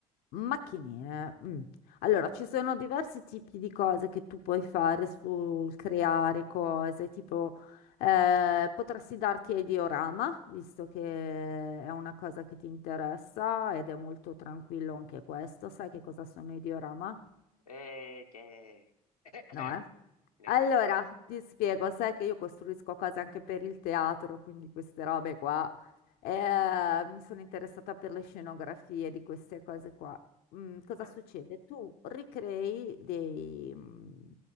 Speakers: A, on the left (about 55°); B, on the left (about 80°).
A: Macchinine. mm. Allora, ci sono diversi tipi di cose che tu puoi fare sul creare cose, tipo eh, potresti darti ai diorama, visto che è una cosa che ti interessa ed è molto tranquillo anche questo. Sai che cosa sono i diorama?
B: Eh, che... <coughs>
A: No, eh?
B: Eh,
A: Allora, ti spiego, sai che io costruisco cose anche per il teatro, quindi queste robe qua. Eh, mi sono interessata per le scenografie di queste cose qua. Mm, cosa
B: eh,
A: succede? Tu ricrei dei, mm,